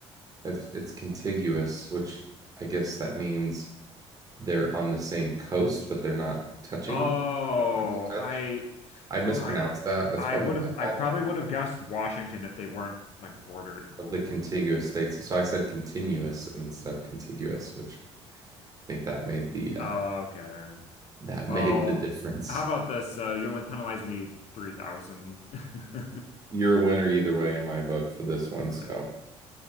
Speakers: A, on the right (about 25°); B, on the left (about 50°).
A: If it's contiguous, which I guess that means they're on the same coast, but they're not touching.
B: Oh,
A: They don't have to touch.
B: I,
A: I mispronounced
B: oh, I,
A: that. That's
B: I
A: probably
B: would
A: my
B: have.
A: fault
B: I probably
A: then.
B: would have guessed Washington if they weren't like bordered.
A: Of
B: Ooh.
A: the contiguous states. So I said continuous instead of contiguous, which I think that made the uh,
B: Oh, okay.
A: that
B: Well,
A: made the difference.
B: how about this? Uh, you only penalized me 3,000. <laughs> All
A: You're a winner either way in my book for this one.
B: right.
A: So,